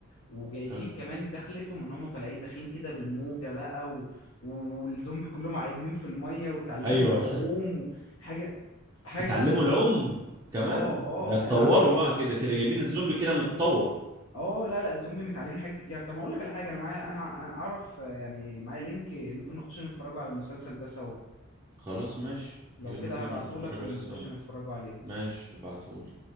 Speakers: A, on the left (about 80°); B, on the right (about 15°).
A: وجايبين
B: حلو
A: كمان دخلتهم ان هم طالعين داخلين كده بالموجه بقى و... و- والزومبي كلهم عايمين في الميه وتعلموا
B: ايوه
A: العوم وحاجه
B: <laughs>
A: حاجه
B: اتعلموا
A: جديده
B: العوم كمان
A: اه اه
B: ده اتطوروا
A: اه انا عايز اقول
B: بقى كده كده جايبين الزومبي كده متطور
A: اه لا لا الزومبي متعلمين حاجات كتير طب اقول لك على حاجه انا معايا انا انا اعرف آه، يعني معايا لينك ممكن نخش نتفرجوا على المسلسل ده سوا
B: خلاص ماشي
A: لو
B: يلا
A: كده
B: بينا
A: هبعته
B: نتفرج
A: لك ونخش
B: عليه سوا
A: نتفرجوا عليه
B: ماشي ابعتهولي